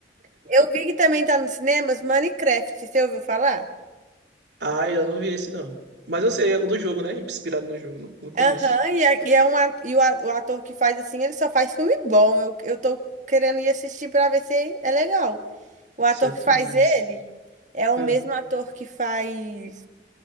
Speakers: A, on the right (about 45°); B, on the right (about 80°).
A: Eu vi que também tá nos cinemas Minecraft, você ouviu falar?
B: Ah, eu não vi esse não. Mas eu sei, é do jogo, né? Inspirado no jogo, não não conheço.
A: Aham, e, é, e, é um, a- e o, a- o ator que faz assim, ele só faz filme bom. Eu, eu tô querendo ir assistir pra ver se é legal. O ator
B: Isso é tudo
A: que faz
B: isso.
A: ele é o
B: Ah.
A: mesmo ator que faz.